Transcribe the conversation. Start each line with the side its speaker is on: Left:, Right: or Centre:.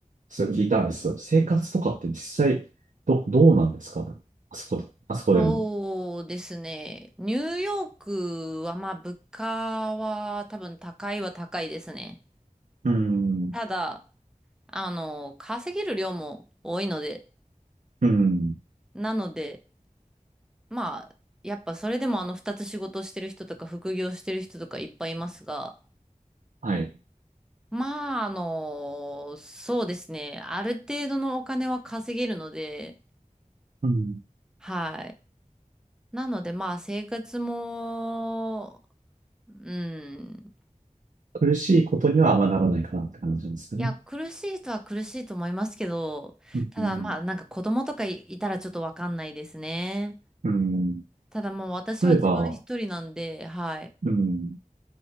Right: それ聞いたんですけど、生活とかって実際ど、どうなんですかあそこ、あそこでの。
Centre: そうですね。ニューヨークは、まあ、物価は多分高いは高いですね。
Right: うん、
Centre: ただ、あの、稼げる量も多いので、
Right: うん、
Centre: なので、まあ、やっぱそれでもあの二つ仕事してる人とか副業してる人とかいっぱいいますが、
Right: はい。
Centre: まあ、あの、そうですね。ある程度のお金は稼げるので、
Right: うん、
Centre: はい。なので、まあ、生活も、うん。
Right: 苦しいことにはあんまならないかなって感じなんですかね。
Centre: いや、苦しい人は苦しいと思いますけど、
Right: うん、
Centre: ただまあ、なんか子供とかい、いたらちょっとわかんないですね。
Right: うん、うん
Centre: ただもう私は自分一人なんで、
Right: 例えば、
Centre: はい。
Right: うん。